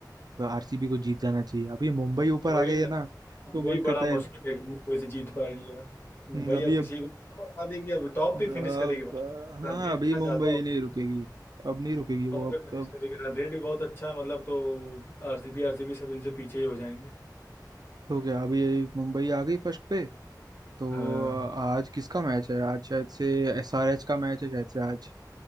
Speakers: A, on the right; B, on the left.
A: आरसीबी को जीत जाना चाहिए अभी मुंबई ऊपर
B: वही
A: आ गई है
B: ना
A: ना
B: वही
A: तो मन
B: बड़ा
A: करता
B: मुश्किल
A: है
B: है कि मुंबई से जीत पाएगी यार मुंबई
A: हम्म, अभी
B: अब किसी
A: अब
B: को हरा देगी अब टॉप
A: अब
B: पे फिनिश करेगी भाई
A: हाँ
B: रन रेट
A: अभी
B: इतना
A: मुंबई
B: ज्यादा होगा,
A: नहीं रुकेगी अब नहीं रुकेगी वो
B: टॉप
A: अब
B: पे फिनिश
A: तब
B: करेगी रन रेट भी बहुत अच्छा है मतलब तो आरसीबी आरसीबी सब इनसे पीछे ही हो जाएंगे
A: तो क्या अभी मुंबई आ गई फर्स्ट पे तो
B: हाँ
A: आज किसका मैच है आज शायद से एसआरएच का मैच है शायद से आज